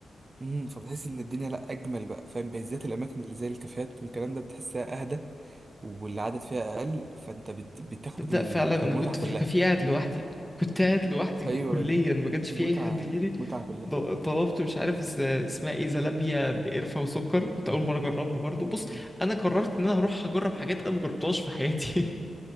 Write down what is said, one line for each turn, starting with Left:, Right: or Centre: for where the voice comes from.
Right: امم فبتحس إن الدنيا لأ أجمل بقى فاهم بالذات الأماكن اللي زي الكافيهات والكلام ده بتحسها أهدى والعدد فيها أقل فأنت بت... بتاخد
Centre: تبدأ
Right: ال-
Centre: فعلا
Right: المتعة
Centre: انا كنت
Right: كلها
Centre: في الكافيه قاعد لوحدي كنت قاعد لوحدي
Right: أيوة
Centre: كليا ما كانش في
Right: المتعة
Centre: اي حد غيري
Right: متعة كلها
Centre: ض- طلبت مش عارف ز- اسمها ايه زلابيا بقرفه وسكر كنت اول مره اجربها برضو بص
Right: مم.
Centre: انا قررت ان انا هروح اجرب حاجات انا ما جربتهاش في حياتي <laughs>